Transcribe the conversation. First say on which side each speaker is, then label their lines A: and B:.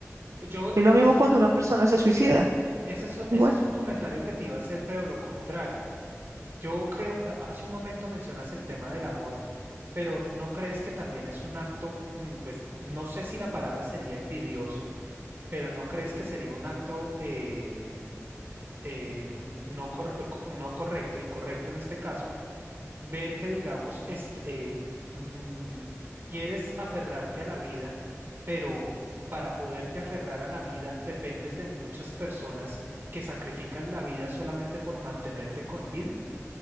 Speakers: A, on the right; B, on the right.
A: Yo, eh,
B: Es lo mismo
A: esas-
B: cuando
A: eh,
B: una persona se suicida.
A: ese es
B: Igual.
A: ese es un comentario que te iba a hacer, pero lo contrario. Yo creo, a- hace un momento mencionas el tema del amor, pero ¿no crees que también es un acto, mm, pues no sé si la palabra sería envidioso, pero ¿no crees que sería un acto eh, eh, n- no, corre- co- no correcto, incorrecto en este caso, ver que, digamos, est- eh, mm, quieres aferrarte a la vida, pero para poderte aferrar a la vida dependes de muchas personas que sacrifican la vida solamente por mantenerte con vida?